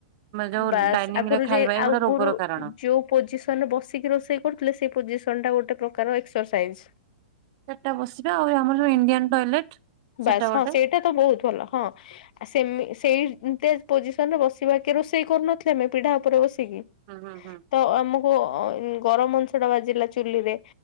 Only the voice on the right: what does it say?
ଯୋଉ
ଡାଇନିଂ
ରେ ଖାଇବା
ଏଗୁଡା
ରୋଗର କାରଣ
ସେଟା ବସିବେ ଆଉ ଆମର ଯୋଉ ଇଣ୍ଡିଆନ ଟଏଲେଟ
ସେଟା
ଗୋଟେ।
ହଁ ହଁ ହଁ